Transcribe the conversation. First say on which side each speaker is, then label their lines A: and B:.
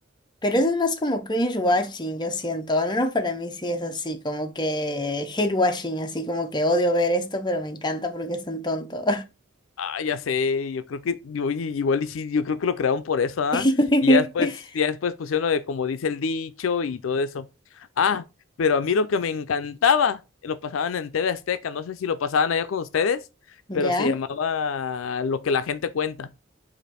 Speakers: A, on the left; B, on the left.
A: Pero eso es más como cringe watching, yo siento. Al menos para mí sí es así, como que hate watching, así como que odio ver esto, pero me encanta porque es tan tonto.
B: Ah, ya sé, yo creo que, oye, igual y sí, yo creo que lo crearon por eso, ¿ah?
A: <laughs>
B: Y ya después, ya después pusieron lo de como dice el dicho y todo eso. Ah, pero a mí lo que me encantaba, lo pasaban en TV Azteca, no sé si lo pasaban allá con ustedes,
A: ¿Ya?
B: pero se llamaba Lo que la gente cuenta.